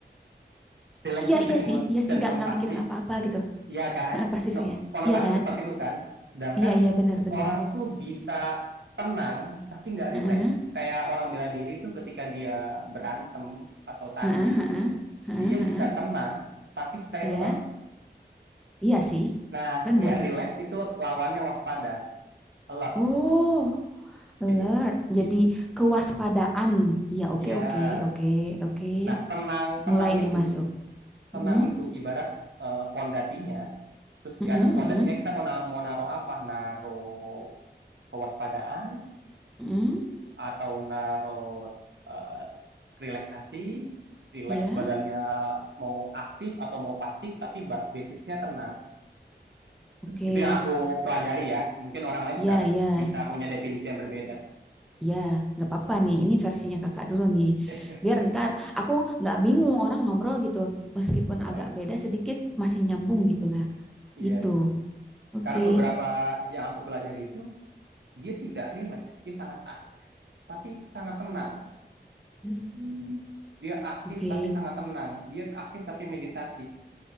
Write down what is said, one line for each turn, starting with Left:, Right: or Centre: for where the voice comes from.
Right: Rileks
Centre: iya,
Right: itu kita
Centre: iya
Right: cenderung,
Centre: sih, iya
Right: cenderung
Centre: sih, nggak nggak
Right: pasif
Centre: mikirin apa-apa gitu.
Right: Iya kan?
Centre: Heeh, pasif
Right: No,
Centre: ya.
Right: konotasi
Centre: Iya kan?
Right: seperti itu kan. Sedangkan
Centre: Iya, iya, benar-benar.
Right: orang tuh bisa tenang tapi nggak
Centre: Heeh,
Right: rileks. Kayak orang bela diri itu ketika dia berantem atau tanding,
Centre: heeh, heeh, heeh,
Right: dia
Centre: heeh.
Right: bisa tenang tapi stay
Centre: Iya,
Right: alert.
Centre: iya sih,
Right: Nah,
Centre: benar.
Right: oh ya, relax itu lawannya waspada, alert.
Centre: Oh. Alert.
Right: Jadi
Centre: Jadi
Right: gitu.
Centre: kewaspadaan.
Right: Benar.
Centre: Iya, oke,
Right: Iya.
Centre: oke, oke, oke.
Right: Nah, tenang tenang
Centre: Mulai ini
Right: itu
Centre: masuk.
Right: tenang
Centre: Mm-mm,
Right: itu ibarat eh, pondasinya. Terus
Centre: mm-mm,
Right: di atas pondasinya
Centre: mm-mm,
Right: kita mau na- mau naruh apa? Naruh kewaspadaan,
Centre: mm-mm.
Right: atau naruh eh, relaksasi, relax
Centre: Iya,
Right: badannya mau aktif atau mau pasif tapi basisnya tenang.
Centre: oke.
Right: Itu yang aku pelajari ya. Mungkin orang lain
Centre: Ya
Right: bisa
Centre: ya
Right: bisa punya definisi yang berbeda.
Centre: ya. Nggak apa-apa nih. Ini versinya kakak dulu nih.
Right: <laughs>
Centre: Biar ntar aku nggak bingung orang ngobrol gitu. Meskipun
Right: Eh,
Centre: agak beda sedikit, masih nyambung gitu lah.
Right: Iya,
Centre: Gitu. Oke.
Right: karena beberapa yang aku pelajari itu dia tidak relax dia sangat aktif tapi sangat tenang.
Centre: Mm,
Right: Dia aktif
Centre: Oke.
Right: tapi sangat tenang. Dia aktif tapi meditatif.